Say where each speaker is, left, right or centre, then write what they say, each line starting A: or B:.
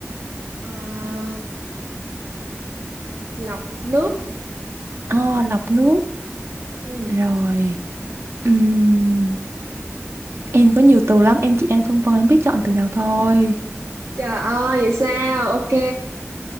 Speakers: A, on the right; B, on the right.
A: Ờ, lọc nước.
B: Ờ, lọc nước.
A: Ừ.
B: Rồi. Ừm, em có nhiều từ lắm, em chỉ đang phân vân không biết chọn từ nào thôi.
A: Trời ơi, vậy sao? Ok.